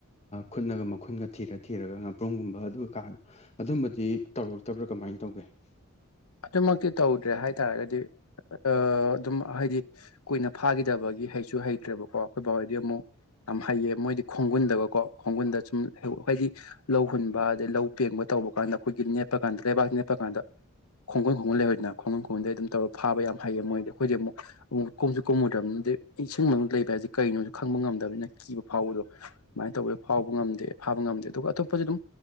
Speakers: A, on the left (about 30°); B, on the left (about 80°).
A: ꯈꯨꯠꯅꯒ ꯃꯈꯨꯟꯒ ꯊꯤꯔ ꯊꯤꯔꯒ ꯉꯥꯄ꯭ꯔꯨꯝꯒꯨꯝꯕ ꯑꯗꯨꯒ ꯀꯥꯗ ꯑꯗꯨꯝꯕꯗꯤ ꯇꯧꯔꯛꯇꯕ꯭ꯔꯥ ꯀꯃꯥꯏꯅ ꯇꯧꯒꯦ <inaudible>
B: ꯑꯗꯨꯃꯛꯇꯤ ꯇꯧꯗ꯭ꯔꯦ ꯍꯥꯏꯇꯥꯥꯔꯒꯗꯤ ꯑꯗꯨꯝ ꯍꯥꯏꯗꯤ ꯀꯨꯏꯅ ꯐꯥꯈꯤꯗꯕꯒꯤ ꯍꯩꯁꯨ ꯍꯩꯇ꯭ꯔꯦꯕꯀꯣ ꯑꯩꯈꯣꯏ ꯕꯥꯍꯣꯏꯗꯤ ꯑꯃꯨꯛ ꯌꯥꯝ ꯍꯩꯌꯦ ꯃꯣꯏꯗꯤ ꯈꯣꯡꯒꯨꯟꯗꯀꯀꯣ ꯈꯣꯡꯒꯨꯟꯗ ꯁꯨꯝ ꯍꯥꯏꯗꯤ ꯂꯧ ꯍꯨꯟꯕ ꯑꯗꯩ ꯂꯧ ꯄꯦꯡꯕ ꯇꯧꯕ ꯀꯥꯟꯗ ꯑꯩꯈꯣꯏꯒꯤ ꯅꯦꯠꯄ ꯀꯥꯟꯗ ꯂꯩꯕꯥꯛꯇ ꯅꯦꯠꯄ ꯀꯥꯟꯗ ꯈꯣꯡꯒꯨꯟ ꯈꯣꯡꯒꯟ ꯂꯩꯍꯧꯏꯗꯅ ꯈꯣꯡꯒꯟ ꯈꯣꯡꯒꯨꯟꯗꯩ ꯑꯗꯨꯝ ꯇꯧꯔ ꯐꯥꯕ ꯌꯥꯝ ꯍꯩꯌꯦ ꯃꯣꯏꯗꯤ ꯑꯩꯈꯣꯏꯗꯤ ꯑꯃꯨꯛ ꯑꯃꯨꯛ ꯀꯨꯝꯁꯨ ꯀꯨꯝꯃꯨꯗ꯭ꯔꯕꯅꯤꯅꯗꯤ ꯏꯁꯤꯡ ꯃꯅꯨꯡꯗ ꯂꯩꯕ ꯍꯥꯏꯁꯦ ꯀꯩꯅꯣꯁꯨ ꯈꯪꯕ ꯉꯝꯗꯕꯅꯤꯅ ꯀꯤꯕ ꯐꯥꯎꯕꯗꯣ ꯑꯗꯨꯃꯥꯏꯅ ꯇꯧꯏ ꯐꯥꯎꯕ ꯉꯝꯗꯦ ꯐꯥꯕ ꯉꯝꯗꯦ ꯑꯗꯨꯒ ꯑꯇꯣꯞꯄꯗꯤ ꯑꯗꯨꯝ